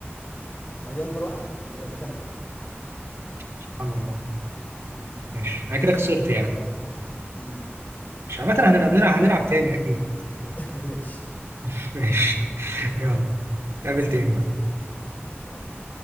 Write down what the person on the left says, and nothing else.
ما هي دي اكبر واحدة اللي جنب كندا
مم.
مم.
<laughs> ماشي
سلام
ان
شاء الله